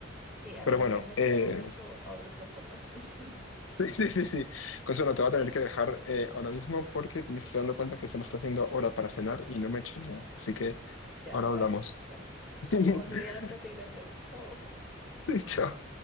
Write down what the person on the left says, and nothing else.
pero
bueno,
eh,
<laughs> Sí, sí, sí, sí. Consuelo, te voy a tener que dejar eh, ahora mismo porque me estoy dando cuenta que se me está haciendo hora para cenar y no me he hecho nada. Así que
ahora
hablamos.
<laughs>
Chao.